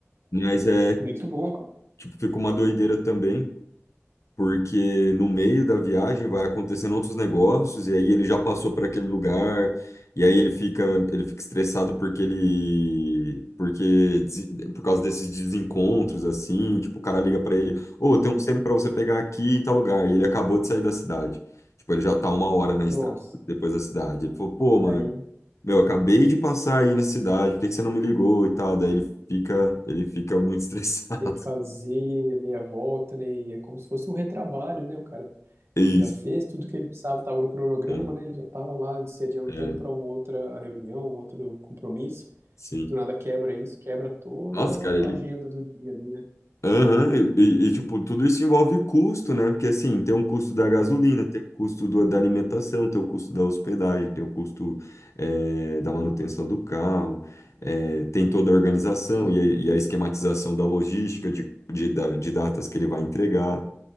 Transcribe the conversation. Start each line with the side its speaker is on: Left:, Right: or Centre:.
Left: Mas é,
Right: Muito bom.
Left: tipo, fica uma doideira também, porque no meio da viagem vai acontecendo outros negócios e aí ele já passou para aquele lugar e aí ele fica ele fica estressado porque ele porque des- por causa desses desencontros assim, tipo, o cara liga para ele, ô,
Right: E,
Left: tem um centro para você pegar aqui em tal lugar e ele acabou de sair da cidade. Tipo, ele já tá uma hora na estrada
Right: nossa,
Left: depois da cidade. Ele falou, pô,
Right: e daí
Left: mano, meu, acabei de passar aí na cidade, por que que você não me ligou e tal? Daí ele fica ele fica muito <laughs> estressado.
Right: Tem que fazer a meia volta, né? E é como se fosse um retrabalho, né? O cara,
Left: É
Right: tipo,
Left: isso.
Right: já fez tudo que ele precisava, estava no cronograma,
Left: É,
Right: né? Ele já estava lá se adiantando
Left: é,
Right: para uma outra reunião, um outro compromisso.
Left: sim.
Right: Do nada quebra isso, quebra toda
Left: Nossa, cara, ele,
Right: a agenda do dia ali, né?
Left: Aham, e, e- e, tipo, tudo isso envolve custo, né? Porque assim, tem um custo da gasolina,
Right: Sim,
Left: tem o custo do- da alimentação, tem o custo da hospedagem, tem o custo eh, da manutenção do carro, eh, tem toda a organização
Right: isso.
Left: e, a e a esquematização da logística de, de, da- de datas que ele vai entregar.